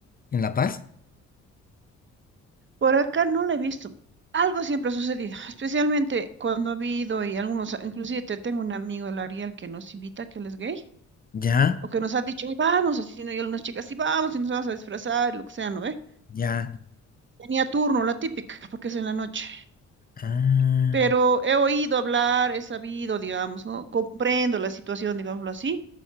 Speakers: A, on the left; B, on the right.
A: en La Paz?
B: Por acá no lo he visto. Algo siempre ha sucedido, especialmente cuando ha habido y algunos, inclusive te tengo un amigo, el Ariel, que nos invita, que él es gay,
A: Ya,
B: o que nos ha dicho, "Ay, vamos, así, ¿no? Y algunas chicas, sí, vamos, y nos vamos a disfrazar, y lo que sea, ¿no ve?
A: ya.
B: Tenía turno, la típica, porque es en la noche.
A: Ah.
B: pero he oído hablar, he sabido, digamos, ¿no? Comprendo la situación, digámoslo así,